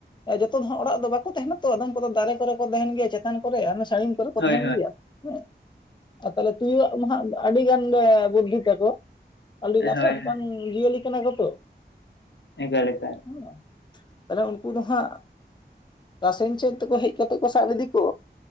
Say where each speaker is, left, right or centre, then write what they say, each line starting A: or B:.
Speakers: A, on the left (about 25°); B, on the left (about 90°).
A: ᱡᱚᱛᱚ ᱫᱚᱦᱟᱸᱜ ᱚᱲᱟᱜ ᱫᱚ ᱵᱟᱠᱚ ᱛᱟᱦᱮᱸᱱᱟ᱾ ᱛᱚ ᱟᱫᱚᱢ ᱠᱚᱫᱚᱢ ᱫᱟᱨᱮ ᱠᱚᱨᱮ ᱠᱚ ᱛᱟᱦᱮᱱ ᱜᱮᱭᱟ᱾ ᱪᱮᱛᱟᱱ ᱠᱚᱨᱮ ᱥᱟᱹᱲᱤᱢ ᱠᱚᱨᱮ ᱠᱚ
B: ᱦᱳᱭ
A: ᱛᱟᱦᱮᱸᱱ ᱜᱮᱭᱟ᱾ ᱦᱮᱸ ᱛᱟᱦᱚᱞᱮ ᱛᱩᱭᱩᱣᱟᱜ ᱢᱟ ᱟᱹᱰᱤ ᱜᱟᱱ ᱵᱩᱨᱫᱷᱤ ᱛᱟᱠᱚ᱾ ᱟᱹᱰᱤ
B: ᱦᱳᱭ
A: ᱫᱟᱥᱮ ᱦᱟᱛᱟᱝ
B: ᱦᱳᱭ
A: ᱡᱤᱭᱟᱹᱞᱤ ᱠᱟᱱᱟ ᱠᱚᱛᱚ
B: ᱮᱜᱟᱨ <inaudible>
A: ᱦᱩᱸ ᱛᱟᱦᱚᱞᱮ ᱩᱱᱠᱩ ᱫᱚ ᱦᱟᱸᱜ <inaudible> ᱥᱮᱫ ᱛᱮᱠᱚ ᱦᱮᱡ ᱠᱟᱛᱮ ᱠᱚ ᱥᱟᱵ ᱤᱫᱤ ᱠᱚ